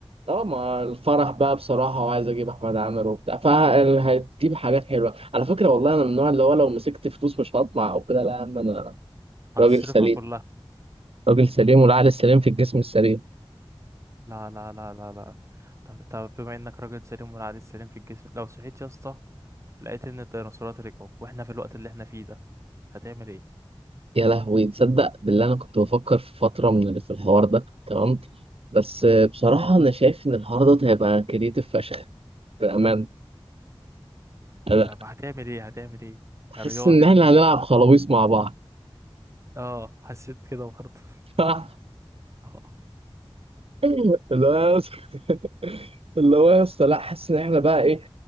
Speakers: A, on the right; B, on the right.
A: اه ما الفرح بقى بصراحه وعايز اجيب احمد عامر وبتاع فهتجيب حاجات حلوه على فكره والله انا من النوع اللي هو لو مسكت فلوس مش هطمع او كده لا يا عم انا
B: هتصرفها
A: راجل سليم
B: كلها
A: راجل سليم والعقل السليم في الجسم السليم
B: لا لا لا لا لا طب طب بما انك راجل سليم والعقل السليم في الجسم لو صحيت يا اسطى لقيت ان الديناصورات رجعوا واحنا في الوقت اللي احنا فيه ده هتعمل ايه
A: يا لهوي تصدق بالله انا كنت بفكر في فتره من اللي في الحوار ده تمام بس آه، بصراحه انا شايف ان الحوار ده هيبقى كريتيف فشخ بامان انا
B: طب هتعمل ايه هتعمل ايه
A: حاسس
B: يا رياض
A: ان
B: انت
A: احنا هنلعب خلاويص مع بعض
B: اه حسيت كده برضه
A: <laughs>
B: <laughs> اه
A: <laughs> اللي هو يا اسطى- <laughs> اللي هو يا اسطى لا حاسس ان احنا بقى ايه